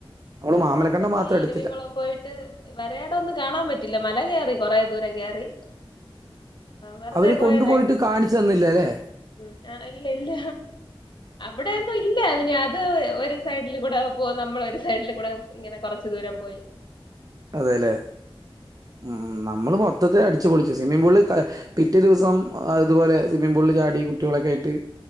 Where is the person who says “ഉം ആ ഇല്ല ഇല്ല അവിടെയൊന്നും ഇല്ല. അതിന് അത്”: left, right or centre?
Left